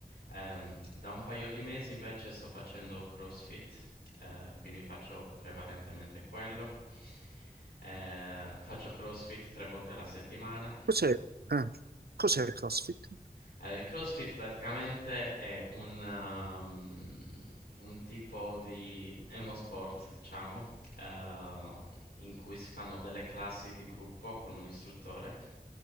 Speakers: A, on the left (about 75°); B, on the right (about 80°).
A: Ehm, da un paio di mesi invece sto facendo CrossFit, eh, quindi faccio prevalentemente quello. Eh, faccio CrossFit tre volte alla settimana
B: Cos'è? eh, cos'è il CrossFit?
A: Allora, il CrossFit praticamente è un, um, un tipo di... è uno sport, diciamo, eh, in cui si fanno delle classi di gruppo con un istruttore